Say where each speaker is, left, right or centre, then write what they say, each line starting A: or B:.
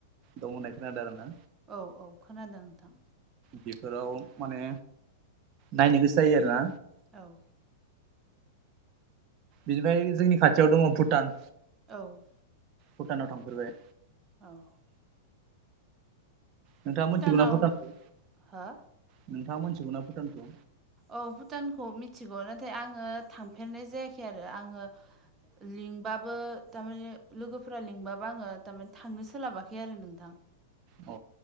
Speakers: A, on the right; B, on the right.
A: दं होननाय खोनादों आरो ना
B: औ औ खोनादों नोंथां।
A: बेफोराव माने नायनो गोसो जायो आरोना?
B: औ
A: बिनिफ्राय जोंनि खाथियाव दङ भुटान
B: औ
A: भुटानाव थांफेरबाय
B: औ
A: नोंथांङा
B: भुटानाव
A: मोनथिगौ ना भुटानखौ
B: हो
A: नोंथांङा मोनथिगौना भुटानखौ
B: औ भुटानखौ मिथिगौ नाथाय आंङो थांफेरनाय जायाखै आरो आंङो लिंबाबो थारमाने लोगोफोरा लिंबाबो आंङो थारमाने थांनो सोलाबाखै आरो नोंथां।
A: अ